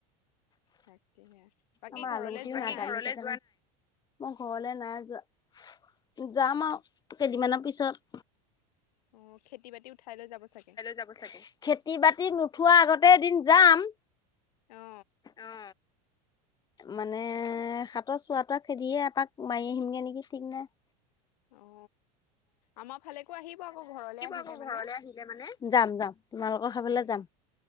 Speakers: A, on the left; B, on the left.
A: তাকেহে বাকী
B: আমাৰ
A: ঘৰলে
B: আলুগুটিও
A: যোৱা নাই?
B: দালি মই ঘৰলে নাই যোৱা যাম
A: অ
B: আৰু কেইদিন মান পিছত
A: অ খেতি বাতি উঠাই লৈ যাব চাগে
B: যাব চাগে খেতি বাতি নথোৱাৰ আগতে এদিন যাম
A: অ
B: অ মানে হাতৰ চোৱা তোৱা খেদিয়ে আপাক মাৰি আহিমগে নেকি ঠিক নাই।
A: অ আমাৰ ফালেকো আহিব আকৌ ঘৰলে আহিলে
B: ঘৰলৈ
A: মানে
B: আহিলে মানে যাম যাম তোমালোকৰ ঘৰলৈ
A: উম
B: যাম